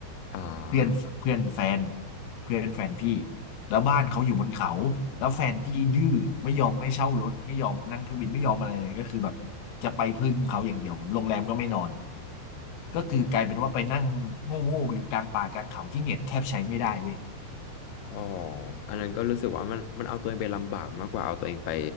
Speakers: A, on the left; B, on the left.
A: อ่า
B: เพื่อนเพื่อนแฟนเพื่อนแฟนพี่แล้วบ้านเขาอยู่บนเขาแล้วแฟนพี่ดื้อไม่ยอมให้เช่ารถไม่ยอมนั่งเครื่องบินไม่ยอมอะไรเลยก็คือแบบจะไปพึ่งเขาอย่างเดียวโรงแรมก็ไม่นอนก็คือกลายเป็นว่าไปนั่งโง่ๆอยู่กลางป่ากลางเขาที่เน็ตแทบใช้ไม่ได้เว้ย
A: อ๋ออันนั้นก็รู้สึกว่ามันมันเอาตัวเองไปลำบากมากกว่าเอาตัวเองไป